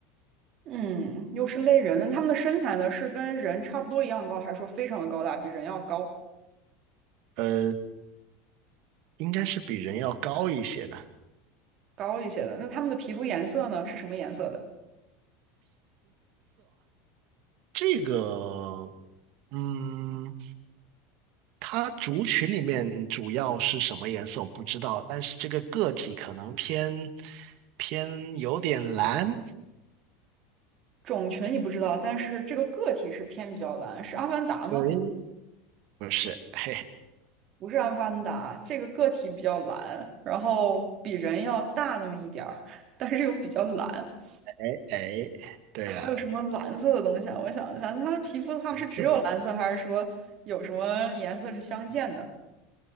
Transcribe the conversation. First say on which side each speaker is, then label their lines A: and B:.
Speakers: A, on the right; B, on the right.
A: 嗯，又是类人那他们的身材呢，是跟人差不多一样高，还是说非常的高大，比人要高
B: 呃。应该是比人要高一些的。
A: 高一些的？那他们的皮肤颜色呢，是什么颜色的？
B: 这个，嗯，它族群里面主要是什么颜色我不知道，但是这个个体可能偏偏有点蓝。
A: 种群你不知道，但是这个个体是偏比较蓝，是阿凡达吗？
B: 对，不是，嘿嘿，
A: 不是阿凡达，这个个体比较蓝，然后比人要大那么一点儿，但是又比较蓝。
B: 哎哎，对了，
A: 还有什么蓝色的东西啊？我想一下，那它的皮肤的话是只有蓝色，
B: 蓝色的，
A: 还是说有什么颜色是相间的？